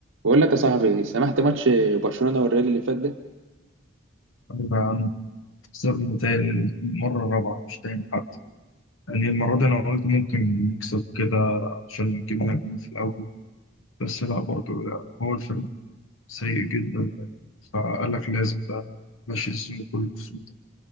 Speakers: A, on the right (about 85°); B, on the left (about 80°).
A: بقول لك يا صاحبي سمحت ماتش برشلونة والريال اللي فات ده
B: أنا خسرنا تاني المرة الرابعة مش تاني حتى يعني المرة دي أنا قلت ممكن نكسب كده عشان جبنا جول في الأول بس لا برضه لا هو الفريق سيء جدا فقال لك لازم بقى ماشي السيزون كله بالسوء ده